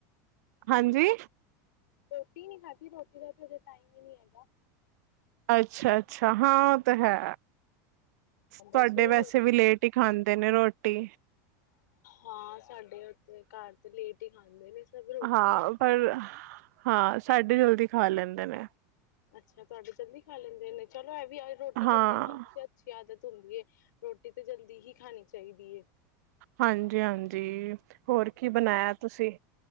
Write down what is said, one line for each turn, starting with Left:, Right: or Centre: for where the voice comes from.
Right: ਹਾਂਜੀ
Left: ਰੋਟੀ ਨੀ ਖਾਧੀ, ਰੋਟੀ ਦਾ ਅਜੇ ਟਾਈਮ ਹੀ ਨਹੀਂ ਹੈਗਾ
Right: ਅੱਛਾ ਅੱਛਾ ਹਾਂ ਉਹ ਤੇ ਹੈ
Left: ਬਸ
Right: ਤੁਹਾਡੇ
Left: ਉਹੀ
Right: ਵੈਸੇ
Left: ਰੋਟੀ
Right: ਵੀ ਲੇਟ ਹੀ ਖਾਂਦੇ ਨੇ ਰੋਟੀ
Left: ਹਾਂ ਸਾਡੇ ਉੱਥੇ ਘਰ ਤੇ ਲੇਟ ਹੀ ਖਾਂਦੇ ਨੇ ਸਭ ਰੋਟੀ
Right: ਹਾਂ ਪਰ ਹਾਂ, ਸਾਡੇ ਜਲਦੀ ਖਾ ਲੈਂਦੇ ਨੇ
Left: ਅੱਛਾ ਤੁਹਾਡੇ ਜਲਦੀ ਖਾ ਲੈਂਦੇ ਨੇ ਚਲੋ ਇਹ ਵੀ ਰੋਟੀ
Right: ਹਾਂ
Left: ਜਲਦੀ ਖਾਣਾ ਤੇ ਅੱਛੀ ਆਦਤ ਹੁੰਦੀ ਹੈ, ਰੋਟੀ ਤੇ ਜਲਦੀ ਹੀ ਖਾਣੀ ਚਾਹੀਦੀ ਹੈ
Right: ਹਾਂਜੀ ਹਾਂਜੀ ਹੋਰ ਕੀ ਬਣਾਇਆ ਤੁਸੀਂ